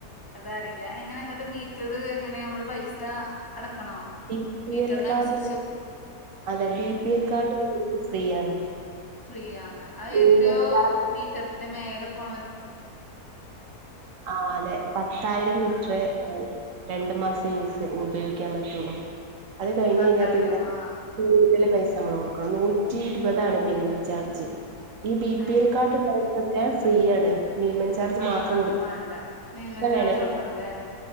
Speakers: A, on the left; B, on the right.
A: അതറിയില്ല എങ്ങനെ എന്നിട്ട് മീറ്ററ് എങ്ങനെയ മ്മള് പൈസ അടക്കണോ
B: ബി പി
A: മീറ്ററിന
B: എൽ കാർഡ്
A: അനുസരിച്ച്
B: അതെ B P L card free ആണ്
A: ഫ്രീ ആണ് അത്
B: മിനിമം
A: എത്രയോ
B: ചാർജ്
A: മീറ്ററിന്റെ മേലെ പോണ
B: ആ അതെ പത്തായിരം ലിറ്റർ
A: ആഹ്
B: രണ്ട് മാസ ഉപയോഗിക്കാൻ പറ്റുള്ളൂ അത് കഴിഞ്
A: പത്തായിരോ
B: കഴിഞ്ഞാ പിന്നെ
A: ആഹ്
B: കൂടുതൽ പൈസ സമ്മള് കൊടുക്കണം. നൂറ്റി ഇരുപതാണ് മിനിമം ചാർജ്. ഈ ബി പി
A: ഏഹ്
B: എൽ കാർഡ്ള്ള ർക്കൊക്ക ഫ്രീ ആണ്. മിനിമം ചാർജ്
A: ആഹ്
B: മാത്രം
A: അതും
B: കൊടുത്ത
A: വാണ്ട മിനിമം
B: വേണ
A: ചാർജ് കൊടുക്കണല്ലേ